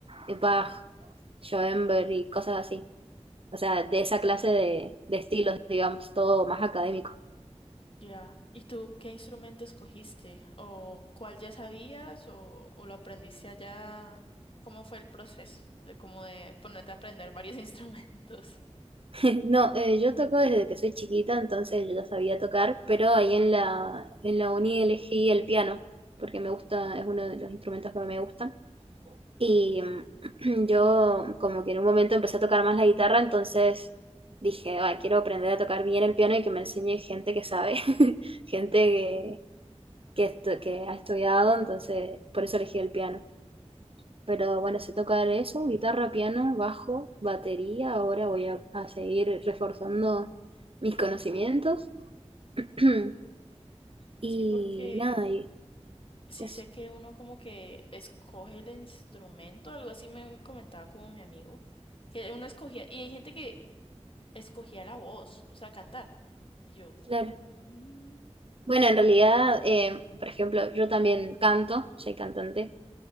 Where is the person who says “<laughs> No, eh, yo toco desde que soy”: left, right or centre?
Right